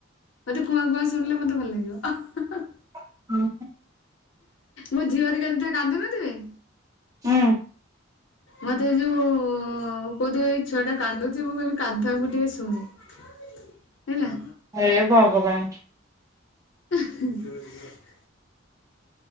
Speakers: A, on the left (about 70°); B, on the right (about 15°).
A: ମୋତେ କୁଆଁ କୁଆଁ ଶୁଣିଲେ ମତେ ଭଲ ଲାଗିବ।
B: <inaudible>
A: ମୋ ଝିଅହେରିକା ଯେତେ କାନ୍ଦୁନଥିବେ
B: ହୁଁ।
A: ମତେ ଯୋଉ ଉପଦେଇଛ। ଛୁଆଟା କାନ୍ଦୁଛି ମୁଁ କହିବି କାନ୍ଦୁଥାଉ ମୁଁ ଟିକେ ଶୁଣେ ହେଲା।
B: ହେ ଭଗବାନ।
A: <inaudible>